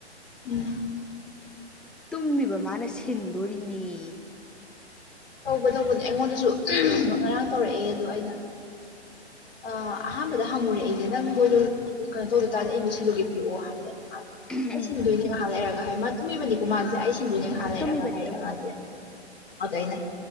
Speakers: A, on the left (about 50°); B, in the centre.
A: ꯎꯝ
B: ꯇꯨꯝꯃꯤꯕ ꯃꯥꯅ ꯁꯤꯟꯗꯣꯔꯤꯅꯤꯌꯦ
A: ꯇꯧꯕ ꯇꯧꯕꯅꯦ ꯑꯩꯉꯣꯟꯗꯁꯨ ꯉꯔꯥꯡ ꯇꯧꯔꯛꯑꯦ ꯑꯗꯣ ꯑꯩꯅ ꯑ ꯑꯍꯥꯟꯕꯗ ꯍꯪꯉꯨꯔꯦ ꯑꯩꯁꯦ ꯅꯪ ꯕꯣꯏꯗꯔ ꯀꯩꯅꯣ ꯇꯧꯗ ꯇꯥꯔꯗꯤ ꯑꯩꯕꯨ ꯁꯤꯜꯂꯨꯒꯦ ꯂꯑꯣ ꯍꯥꯏ ꯑꯗꯨꯃꯥꯏꯗ
B: ꯎꯝ
A: ꯑꯩ ꯁꯤꯟꯗꯣꯏꯅꯤꯍ ꯂꯩꯔꯒ ꯍꯥꯏ ꯇꯨꯝꯃꯤꯕꯅꯤꯀ ꯃꯥꯁꯦ ꯑꯩ ꯁꯤꯡꯗꯨꯅꯦꯍꯥꯟ
B: ꯎꯝ
A: ꯂꯩꯔꯒ
B: ꯇꯨꯝꯃꯤꯕꯅꯦ
A: ꯍꯥꯏꯔꯛꯑꯦ
B: ꯇꯨꯝꯃꯤꯕꯅꯦ
A: ꯃꯥꯁꯦ ꯑꯗꯨꯗ ꯑꯩꯅ